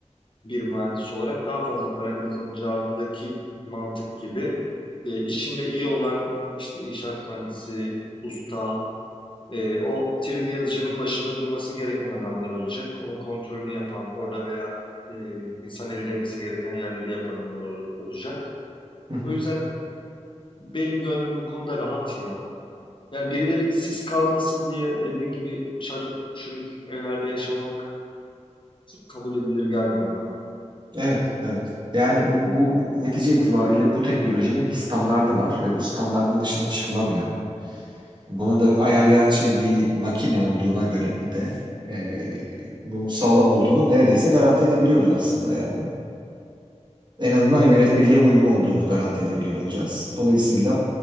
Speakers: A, on the left; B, on the right.
A: bir mühendis olarak daha fazla para kazanacağındaki mantık gibi e, işinde iyi olan işte inşaat mühendisi, usta, e, o 3D yazıcının başında durması gereken adamlar olacak. Onun kontrolünü yapan, orada veya e, insan eli değmesi gereken yerleri yapan olacak.
B: Hı hı.
A: O yüzden benim gönlüm bu konuda rahat ya. Yani birileri işsiz kalmasın diye dediğin gibi çarık çürük evlerde yaşamak kabul edilir gelmiyor bana.
B: Evet, evet. Yani bu, bu netice itibariyle bu teknolojinin bir standardı var ve bu standardın dışına çıkılamıyor. Bunu da ayarlayan şey bir makine olduğuna göre de e, bunun sağlam olduğunu neredeyse garanti edebiliyoruz aslında yani. en azından yönetmeliğe uygun olduğunu garanti edebiliyor olacağız. Dolayısıyla